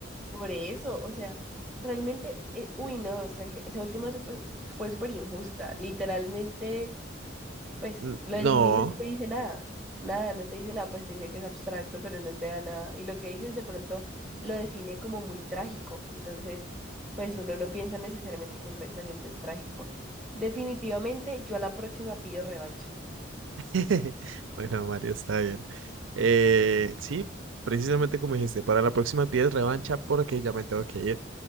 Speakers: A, in the centre; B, on the right.
A: Por eso, o sea, realmente, eh, uy, no, Sergio, esa última su- fue, fue súper injusta. Literalmente, pues
B: N-
A: lo
B: No.
A: del inicio no te dice nada, nada, no te dice nada, pues te dice que es abstracto, pero no te da nada. Y lo que dices de pronto lo define como muy trágico. Entonces, pues uno no piensa necesariamente que un pensamiento es trágico. Definitivamente, yo a la próxima pido revancha.
B: <laughs> Bueno, Mario, está bien. Eh, sí, precisamente como dijiste, para la próxima pides revancha porque ya me tengo que ir.